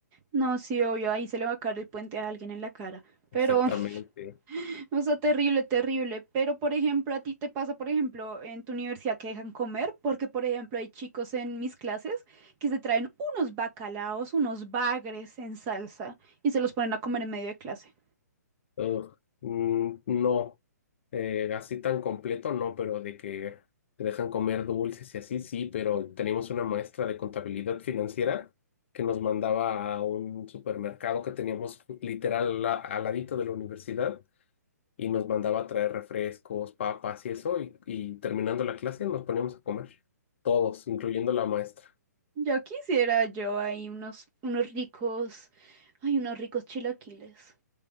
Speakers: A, on the right; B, on the left.
A: No, sí, obvio, ahí se le va a caer el puente a alguien en la cara. Pero,
B: Exactamente.
A: <laughs> o sea, terrible, terrible. Pero, por ejemplo, a ti te pasa, por ejemplo, en tu universidad que dejan comer, porque, por ejemplo, hay chicos en mis clases que se traen unos bacalaos, unos bagres en salsa y se los ponen a comer en medio de clase.
B: Ugh, mm, no, eh, así tan completo, no, pero de que te dejan comer dulces y así, sí, pero teníamos una maestra de contabilidad financiera que nos mandaba a un supermercado que teníamos literal a- al ladito de la universidad y nos mandaba a traer refrescos, papas y eso, y, y terminando la clase nos poníamos a comer, todos, incluyendo la maestra.
A: Ya quisiera yo ahí unos, unos ricos, ay, unos ricos chilaquiles.